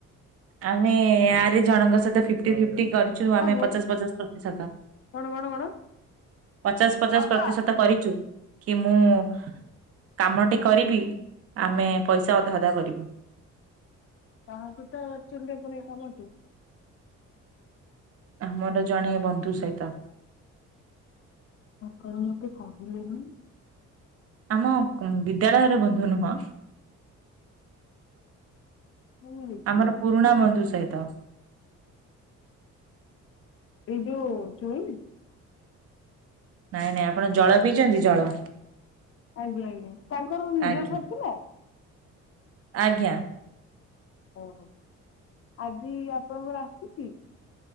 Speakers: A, on the right; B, on the left.
A: ଆମେ ଆରେ ଜଣଙ୍କ ସହିତ ଫିଫଟି ଫିଟି କରିଛୁ ଆମେ
B: ଓହୋ
A: ପଚାଶ ପଚାଶ ପ୍ରତିଶତ।
B: କଣ କଣ କଣ
A: ପଚାଶ ପଚାଶ
B: ବାପା
A: ପ୍ରତିଶତ କରିଚୁ କି ମୁଁ କାମଟି କରିବି ଆମେ ପଇସା ଅଧା ଅଧା କରିବୁ।
B: କାହା ସହିତ ଚୁଲି ପୁଣି କଲ କି?
A: ଆମର ଜଣେ ବନ୍ଧୁ ସହିତ।
B: କଣ ମତେ କହିଲେନି।
A: ଆମ ବିଦ୍ୟାଳୟର ବନ୍ଧୁ ନୁହଁ
B: ମୁଁ ଦେଖିଗଲି।
A: ଆମର ପୁରୁଣା ବନ୍ଧୁ ସହିତ।
B: ଏ ଯୁଉ ଚୁଇଁ
A: ନାଇଁ ନାଇଁ ଆପଣ ଜଳ ପିଇଛନ୍ତି ଜଳ?
B: ଆଜ୍ଞା ଆଜ୍ଞା ତାଙ୍କର ନିଜର
A: ଆଜ୍ଞା
B: ସାରିଥିଲା?
A: ଆଜ୍ଞା।
B: ଓହୋ ଆଜି ଆପଣଙ୍କର ଆସିଛି